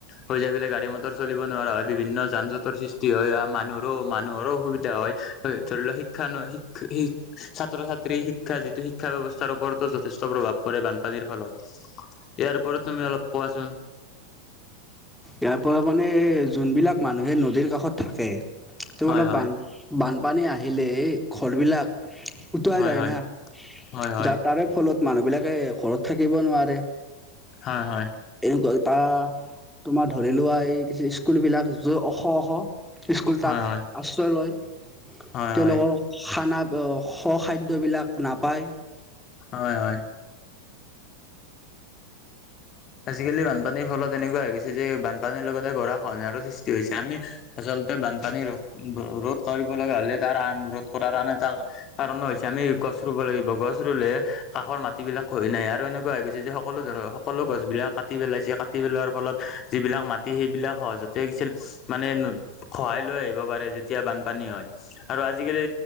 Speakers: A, on the left; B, in the centre.
A: হৈ যায় ফেলে গাড়ী মটৰ চলিব নোৱাৰা হয়। বিভিন্ন যান জটৰ সৃষ্টি হয় বা মানুহৰো মানুহৰো অসুবিধা হয় ধৰি লোৱা শিক্ষানু শিক্ষা শিক ছাত্ৰ ছাত্ৰী শিক্ষা যিটো শিক্ষা ব্যৱস্থাৰ ওপৰতো যথেষ্ট প্ৰভাৱ পৰে বানপানীৰ ফলত ইয়াৰ ওপৰত তুমি অলপ কোৱাচোন
B: ইয়াৰ পৰা মানে যোনবিলাক মানুহে নদীৰ কাষত থাকে তেওঁ
A: হয়
B: অলপ
A: হয়
B: বান বানপানী আহিলেই ঘৰবিলাক উটুৱাই
A: হয়
B: যায়
A: হয়
B: না
A: হয়
B: যাৰ তাৰে ফলত মানুহ বিলাকে ঘৰত থাকিব নোৱাৰে
A: হয় হয়
B: এনেকুৱা এটা তোমাৰ ধৰি লোৱা এই কি স্কুলবিলাক য অখ অখ স্কুল তাত
A: হয় হয় হয়
B: আশ্ৰয় লয়
A: হয়
B: তেওঁলোকৰ
A: হয়
B: খানা খ খাদ্যবিলাক নাপায়
A: হয় হয় আজিকালি বানপানীৰ ফলত এনেকুৱা হৈ গৈছে যে বানপানীৰ লগতে গৰা খহনীয়াৰো সৃষ্টি হৈছে আমি আচলতে বানপানী ৰোধ ৰোধ কৰিব লগা হ'লে তাৰ আন ৰোধ কৰাৰ আন এটা কাৰণ হৈছে আমি গছ ৰুব লাগিব গছ ৰুলেহে কাষৰ মাটিবিলাক ক্ষহি নাহে আৰু এনেকুৱা হৈ গৈছে যে সকলো ধৰক সকলো গছ বিলাক কাটি পেলাইছে কাটি পেলোৱাৰ ফলত যিবিলাক মাটি সেইবিলাক সহজতে গৈছিল মানে সহায় লৈ আহিব পাৰে যেতিয়া বানপানী হয় আৰু আজিকালি